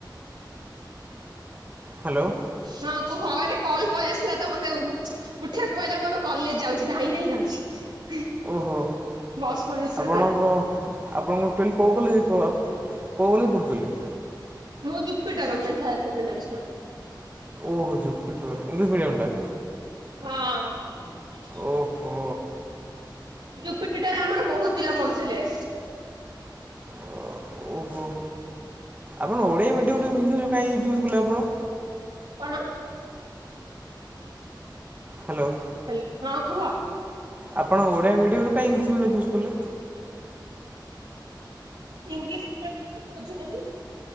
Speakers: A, on the right; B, on the right.
A: ହାଲୋ।
B: ହଁ କୁହ ଆରେ କଲ୍ ପଳେଇ ଆସିଥିଲା ତ ମତେ ଉଠେଇବାକୁ ପଇଲା ମୁଁ ଏବେ କଲେଜ ଯାଉଛି ଧାଇଁ ଧାଇଁ ଯାଉଛି।
A: ଓହୋ
B: ବସ୍ ପଳେଇ ଆସିବ
A: ଆପଣଙ୍କ
B: ତ
A: ଆପଣ ଙ୍କ <unintelligible> କଉ କଲେଜ କଉ କଲେଜ ପଡ଼଼ୁଥିଲେ।
B: ମୁଁ ଜୁପିଟର ଓମେନ ହାଇୱେର ସେକେଣ୍ଡାରୀ
A: ଓହୋ ଜୁପିଟୋ ଏଇଂଲିସ୍ ମିଡ଼ିୟମ୍ ଟା।
B: ହଁ।
A: ଓହୋ।
B: ଜୁପିଟର ଆମର ବହୁତ ପିଲା ପଢୁଥିଲେ।
A: ଓ ଓହୋ। ଆପଣ ଓଡ଼ିଆ ମିଡ଼ିୟମ୍ <unintelligible> କାହିଁ ଚୁଜ୍ କଲେ ଆପଣ?
B: କଣ?
A: ହାଲୋ।
B: ହାଲୋ ହଁ କୁହ।
A: ଆପଣ ଓଡ଼ିଆ ମିଡିୟମରୁ କାଇଁ ଇଂଲିସ୍ ମିଡିୟମ୍ ଚୁଜ୍ କଲେ।
B: ଇଂଲିସ୍ ଟୋଟାଲ <unintelligible> କିଛି ବୁଝିଲି ନି।